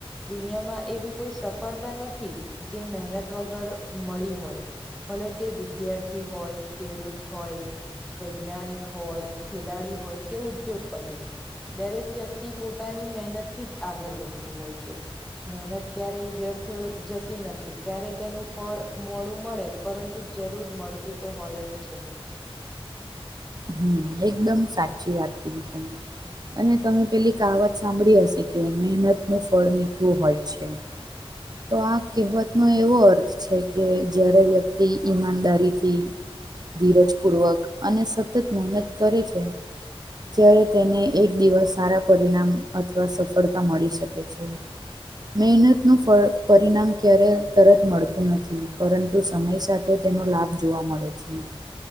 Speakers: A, in the centre; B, on the right.
A: દુનિયામાં એવી કોઈ સફળતા નથી જે મહેનત વગર મળી હોય. ભલે તે વિદ્યાર્થી હોય ખેડૂત હોય વૈજ્ઞાનિક હોય ખેલાડી હોય કે ઉદ્યોગપતિ દરેક વ્યક્તિ પોતાની મહેનતથી જ આગળ વધતું હોય છે. મહેનત ક્યારેય વ્યર્થ જતી નથી ક્યારેય તેનું ફળ મોડું મળે પરંતુ જરૂર મળતું તો હોય જ છે.
B: હમ્મ, એકદમ સાચી વાત કીદી તમે અને તમે પેલી કહાવત સાંભળી હશે કે મહેનત નું ફળ મીઠુ હોય છે. તો આ કહેવત નો એવો અર્થ છે કે જયારે વ્યક્તિ ઈમાનદારીથી ધીરજ પૂર્વક અને સતત મહેનત કરે છે. ત્યારે તેને એક દિવસ સારા પરિણામ અથવા સફળતા મળી શકે છે મહેનતનું ફળ પરિણામ ક્યારેય તરત મળતું નથી પરંતુ સમય સાથે તેનો લાભ જોવા મળે. જી